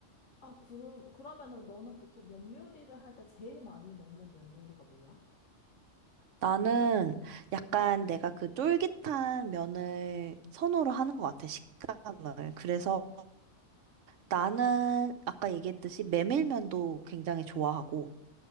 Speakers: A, on the left; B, on the right.
A: 아, 그럼, 그러면은 너는 보통 면 요리를 할 때 제일 많이 먹는 면 요리가 뭐야?
B: 나는 약간 내가 그 쫄깃한 면을 선호로 하는 것 같아, 식감을. 그래서 나는 아까 얘기했듯이 메밀면도 굉장히 좋아하고,